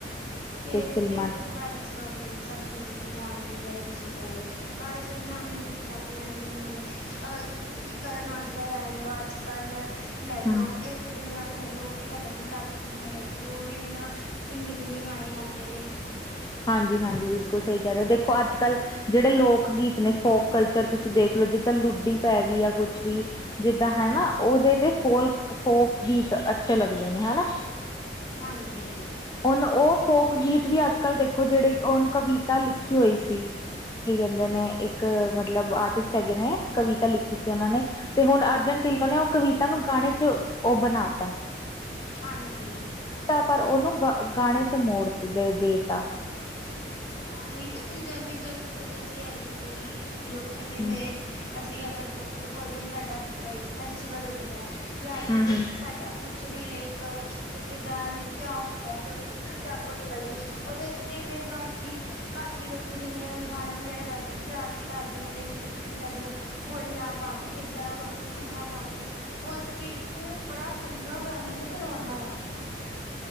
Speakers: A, on the left; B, on the left.
A: ਤੇ
B: ਫਿਲਮਾਂ
A: ਫਿਰ ਇਸ ਬਾਰੇ ਤੁਸੀਂ ਹੋਰ ਵੇਖ ਸਕਦੇ ਓ ਜਿਵੇਂ, ਗਾਣੇ ਵਗੈਰਾ ਤੁਸੀਂ ਕਹਿ ਰਹੇ ਓ, ਗਾਣੇ ਸੁਣਨਾ ਮੀਂਨੂੰ ਪੰਜਾਬੀ ਗਾਣੇ ਜਿਵੇਂ ਹੈਗੇ, ਅਹ ਤੁਸੀਂ ਕਰਨ ਔਜਲਾ ਲੈ ਰਹੇ ਓ, ਅੱਜ-ਕੱਲ ਲੈਲੋ,
B: ਹਮ
A: ਇਹ ਦਿਲ ਨਾਲ ਲੈਲੋ, ਉਹ ਵੀ ਸਾਡਾ ਪੰਜਾਬੀ ਸਿੰਗਰ ਹੈਗੇ ਨੇ, ਉਹ ਵੀ ਇੰਨਾ ਚੰਗੇ-ਚੰਗੇ ਗਾਣੇ ਗਾਂਦੇ ਨੇ।
B: ਹਾਂਜੀ-ਹਾਂਜੀ, ਬਿਲਕੁਲ ਸਈ ਕੈ ਰੇਓ ਦੇਖੋ, ਅੱਜ ਕੱਲ ਜੇੜੇ ਲੋਕ ਗੀਤ ਨੇ ਫੋਕ ਕਲਚਰ ਤੁਸੀਂ ਦੇਖ ਲਓ, ਜਿੱਦਾਂ ਲੁੱਡੀ ਪੈ ਗਈ ਆ ਕੁਛ ਵੀ ਜਿੱਦਾਂ ਹਨਾ, ਓਦੇ ਤੇ ਫੋਲਕ ਫੋਕ ਗੀਤ ਅੱਛੇ ਲੱਗਦੇ ਨੇ, ਹੈਨਾ।
A: ਹਾਂਜੀ
B: ਹੁਨ ਓ ਫੋਕ ਗੀਤ ਵੀ ਅੱਜ-ਕੱਲ ਦੇਖੋ, ਜੇੜੀ ਹੁਨ ਕਵਿਤਾ ਲਿਖੀ ਹੋਈ ਸੀ ਕੀ ਕੈਂਦੇ ਨੇ ਇੱਕ ਮਤਲਬ ਆਰਟਿਸਟ ਹੈਗੇ ਨੇ, ਕਵਿਤਾ ਲਿਖੀ ਸੀ ਓਨਾਂ ਨੇ ਤੇ ਹੁਣ ਅਰਜਨ ਢਿੱਲੋਂ ਨੇ ਓ ਕਵਿਤਾ ਨੂੰ ਗਾਣੇ ਚ ਓ ਬਣਾ ਤਾ।
A: ਹਾਂਜੀ।
B: ਤਾ ਪਰ ਓਨੂੰ ਗ ਗਾਣੇ ਚ ਮੋੜ ਦੇ ਦੇਤਾ।
A: ਜੀ ਤੇ ਪੰਜਾਬੀ ਕਲਚਰ ਅਸੀਂ ਐ ਵੇਖਦੇ ਆਂ, ਕਿ ਲੋਕੀ
B: ਹੂੰ
A: ਜਿਵੇਂ ਅਸੀਂ ਕੈ ਸਕਦੇ ਆਂ ਜਿਵੇਂ ਕੋਈ ਵੀ ਸਾਡਾ ਲਾਇਕ ਫੈਸਟੀਵਲ ਹੁੰਦਾ ਹੈ ਯਾਂ ਫਿਰ
B: ਹੂੰ ਹੂੰ
A: ਸਾਡਾ ਕੁਛ ਵੀ ਲਾਇਕ ਜਿੱਦਾਂ ਕੀ ਵਿਯਾ ਹੁੰਦਾ ਤੇ ਓਥੈ ਨਾਂ ਜਾਗੋ ਨਿਕਲਦੀ ਏ ਓਦੇ ਚ ਜਿਵੇਂ ਬ ਕਿ ਬਾਕੀ ਲੋਕੀ ਜਿਵੇਂ ਗਾਣੇ ਵਗੈਰਾ ਵੈਸੇ ਵਜਾ ਕੇ ਕਰਦੇ ਨੇ, ਲੇਕਿਨ ਅਸੀਂ ਪੰਜਾਬੀ ਬੋਲੀਆਂ ਪਾ ਕੇ, ਗਿੱਧਾ ਪਾ ਕੇ, ਭੰਗੜਾ ਪਾ ਕੇ ਓਸ ਚੀਤ ਨੂੰ ਬੜਾ ਚੰਗਾ ਮਨਾਂਦੇ ਨੇ, ਤੇ ਰੌਣਕਾਂ ਲਾਂਦੇ ਨੇ।